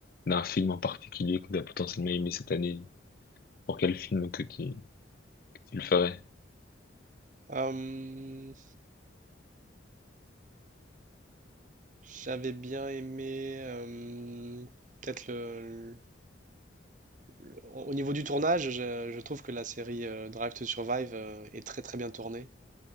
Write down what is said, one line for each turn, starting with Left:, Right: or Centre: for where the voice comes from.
Left: d'un film en particulier que tu as potentiellement aimé cette année, pour quel film que tu, tu le ferais?
Right: Euh, j'avais bien aimé, euh, peut-être le, le- au niveau du tournage, je, je trouve que la série euh, Drive to Survive euh, est très très bien tournée.